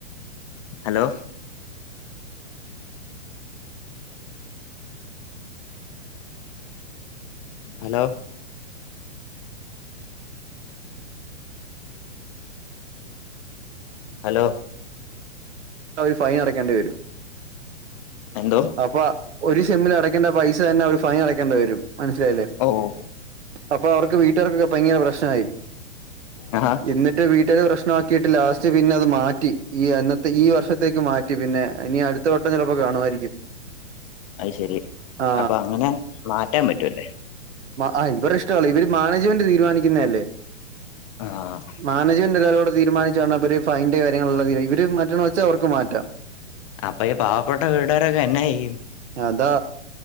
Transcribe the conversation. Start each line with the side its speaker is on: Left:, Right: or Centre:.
Left: ഹലോ ഹലോ ഹലോ
Right: അവർ ഫൈൻ അടക്കേണ്ടി വരും
Left: എന്തോ
Right: അപ്പൊ ഒരു സെമ്മിൽ അടക്കേണ്ട പൈസ തന്നെ ഓര് ഫൈൻ അടക്കേണ്ടി വരും മനസ്സിലായില്ലേ
Left: ഓ ഓ.
Right: അപ്പൊ അവർക്ക് വീട്ടുകാർക്കൊക്കെ ഭയങ്കര പ്രശ്നായി
Left: ആഹാ
Right: ന്നിട്ട് വീട്ടുകാര് പ്രശ്നമാക്കിയിട്ട് ലാസ്റ്റ് പിന്നെ അത് മാറ്റി ഈ അന്നത്തെ ഈ വർഷത്തേക്ക് മാറ്റി പിന്നെ ഇനി അടുത്ത വട്ടം ചെലപ്പോ കാണുമായിരിക്കും
Left: അത് ശെരി
Right: ആ
Left: അപ്പൊ അങ്ങനെ മാറ്റാൻ പറ്റൂല്ലേ
Right: മ ആഹ് ഇവടെ ഇഷ്ടവല്ല ഇവര് മാനേജ്മെന്റ് തീരുമാനിക്കുന്നല്ലേ
Left: ആഹ്
Right: മാനേജമെന്റെല്ലാരോടെ തീരുമാനി <unintelligible> ഒര് ഫൈന്റെ കാര്യങ്ങള് ഇവര് മറ്റ വെച്ച അവർക്ക് മാറ്റാ
Left: അപ്പൊ ഈ പാവപ്പെട്ട വീട്ടാകരൊക്കെ എങ്ങനെ <unintelligible>
Right: അതാ